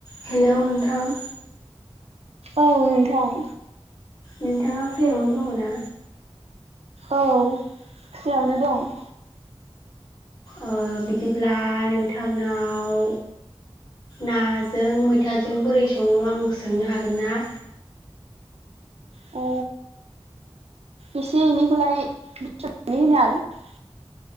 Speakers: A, on the left (about 40°); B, on the right (about 80°).
A: हेलौ नोंथां।
B: औ नोंथां।
A: नोंथाङा फ्रियावनो दङ' ना?
B: औ फ्रियावनो दं।
A: ओ बिदिब्ला नोंथांनाव ना जों मैथाजों बोरै सङो आं सोंनो हागोन ना?
B: अ एसे एनैखौलाय <unintelligible>